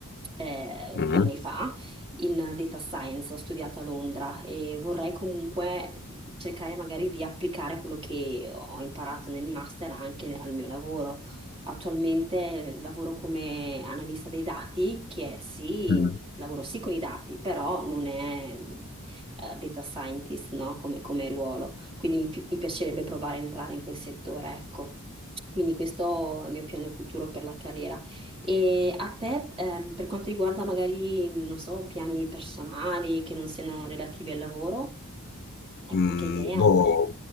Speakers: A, on the right; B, on the left.
A: eh,
B: Mm.
A: due anni fa in data science, ho studiato a Londra e vorrei comunque cercare magari di applicare quello che ho imparato nel master anche al mio lavoro. Attualmente lavoro come analista dei dati, che è sì,
B: Mm.
A: lavoro sì con i dati, però non è eh, data scientist, no? Come, come ruolo. Quindi mi, pi- mi piacerebbe provare a entrare in quel settore, ecco. Quindi questo è il mio piano futuro per la carriera. E a te, ehm, per quanto riguarda magari, non so, piani personali che non siano relativi al lavoro, hai
B: Mm,
A: qualche idea?
B: boh,